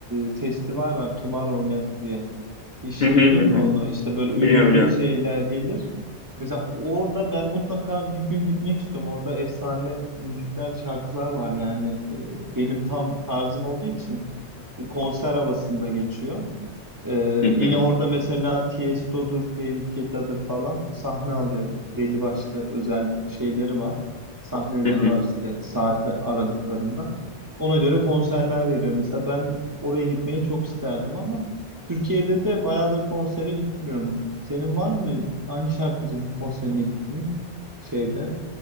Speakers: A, on the right; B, on the left.
A: e, festival var Tomorrowland diye. Hiç
B: Hı hı
A: duydun
B: hı hı.
A: mu onu? İşte böyle ünlü
B: Biliyorum biliyorum.
A: D J'ler gelir. Mesela orada ben mutlaka bir gün gitmek istiyorum. Orada efsane müzikler, şarkılar var yani e, benim tam tarzım olduğu için. bir konser havasında geçiyor. Ee,
B: Hı hı.
A: yine orada mesela Tiesto'dur, David Guetta'dır falan sahne alıyor. Belli başlı özel şeyleri var. Sahneleri
B: Hı hı.
A: var işte saatli aralıklarında. Ona göre konserler veriyor. Mesela ben oraya gitmeyi çok isterdim ama Türkiye'de de bayağıdır konsere gitmiyorum. Senin var mı? Hangi şarkıcının konserine gittin? Şeyde,